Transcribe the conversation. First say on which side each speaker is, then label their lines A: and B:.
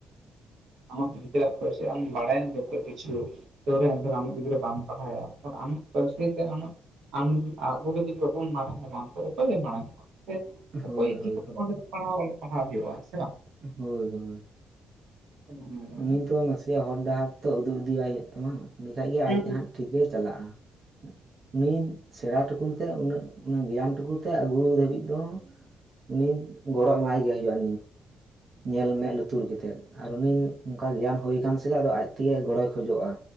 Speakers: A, on the right (about 75°); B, on the right (about 50°).
A: ᱟᱢᱟᱜ ᱜᱤᱫᱽᱨ ᱯᱚᱭᱥ ᱟᱢ ᱵᱟᱲᱟᱭᱟᱢ ᱡᱚᱛᱚ ᱠᱤᱪᱷᱩ ᱛᱮ ᱮᱱᱠᱷᱟᱱ ᱟᱢ ᱜᱤᱫᱽᱨᱟᱹ ᱵᱟᱢ ᱯᱟᱲᱦᱟᱭᱟ ᱮᱱ ᱟᱢᱟᱜ ᱯᱚᱭ ᱟᱢᱟᱜ ᱟᱢ ᱟᱵᱚᱮ ᱡᱩᱫᱤ ᱵᱟᱵᱚᱱ ᱢᱟᱲᱟᱝᱟ ᱵᱟᱝ ᱚᱠᱚᱭᱮ ᱢᱟᱲᱟᱝᱚᱜᱼᱟ ᱥᱮ
B: ᱦᱳᱭ
A: ᱚᱠᱚᱭ ᱤᱫᱤ
B: ᱦᱳᱭ
A: ᱠᱟᱛᱮ ᱚᱸᱰᱮ ᱫᱚ ᱯᱟᱲᱦᱟᱣ ᱚᱞᱚᱜ ᱯᱟᱲᱦᱟᱣ ᱦᱩᱭᱩᱜᱼᱟ ᱥᱮ ᱵᱟᱝ
B: ᱦᱳᱭ ᱦᱳᱭ
A: ᱻ
B: ᱩᱱᱤ ᱛᱚ ᱱᱟᱥᱮᱭᱟᱜ ᱦᱚᱨ ᱰᱟᱦᱟᱨ ᱛᱚ ᱩᱫᱩᱜ ᱩᱫᱤᱟᱭ ᱦᱩᱭᱩᱜ ᱛᱟᱢᱟ ᱮᱸᱰᱮᱠᱷᱟᱱᱜ ᱜᱮ
A: ᱦᱳᱭ
B: ᱟᱡ ᱦᱟᱸᱜ ᱴᱷᱤᱠᱮ ᱪᱟᱞᱟᱜᱼᱟ ᱩᱱᱤ ᱥᱮᱬᱟ ᱴᱩᱠᱩ ᱛᱮ ᱩᱱᱤ ᱜᱮᱭᱟᱱ ᱴᱩᱠᱩ ᱛᱮ ᱟᱹᱜᱩ ᱫᱷᱟᱹᱵᱤᱡ ᱫᱚ ᱩᱱᱤ ᱜᱚᱲᱚ ᱮᱢᱟᱭ ᱜᱮ ᱦᱩᱭᱳᱜᱼᱟ ᱧᱮᱞ ᱢᱮᱫ ᱞᱩᱛᱩᱨ ᱠᱟᱛᱮᱜ ᱟᱨ ᱩᱱᱤ ᱚᱱᱠᱟ ᱜᱮᱭᱟᱱ ᱦᱩᱭ ᱟᱠᱟᱱ ᱥᱮ ᱟᱫᱚ ᱟᱡ ᱛᱮᱜᱮ ᱜᱚᱲᱚᱭ ᱠᱷᱚᱡᱚᱜᱼᱟ